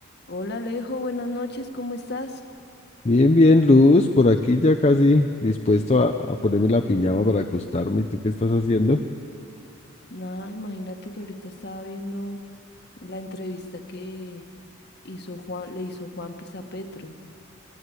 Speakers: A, on the left; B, on the left.
A: Hola Alejo, buenas noches, ¿cómo estás?
B: Bien, bien, Luz, por aquí ya casi dispuesto a, a ponerme la pijama para acostarme. ¿Y ¿Tú qué estás haciendo?
A: Nada, imagínate que ahorita estaba viendo la entrevista que hizo Juan, le hizo Juanpis a Petro.